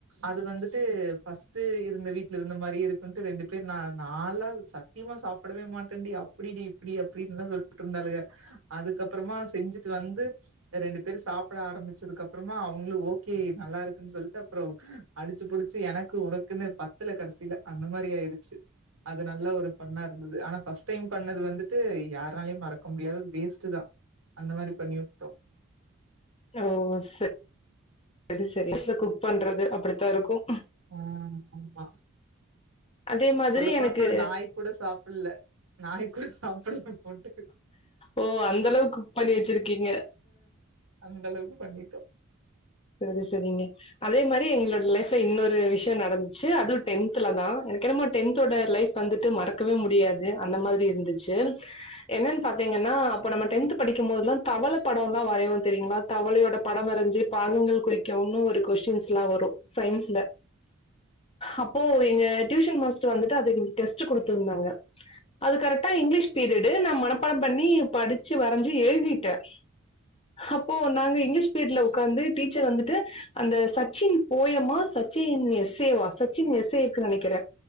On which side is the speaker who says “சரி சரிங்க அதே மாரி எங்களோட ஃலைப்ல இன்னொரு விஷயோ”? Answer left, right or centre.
Left